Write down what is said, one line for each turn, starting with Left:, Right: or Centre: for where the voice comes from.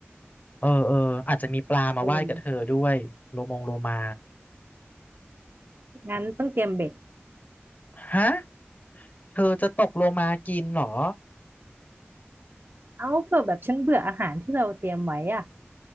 Left: เออเอออาจจะมีปลามาว่ายกับเธอด้วยโลมงโลมา
Right: เอองั้นต้องเตรียมเบ็ด
Left: ฮะเธอจะตกโลมากินเหรอ
Right: เอาเผื่อแบบฉันเบื่ออาหารที่เราเตรียมไว้อะ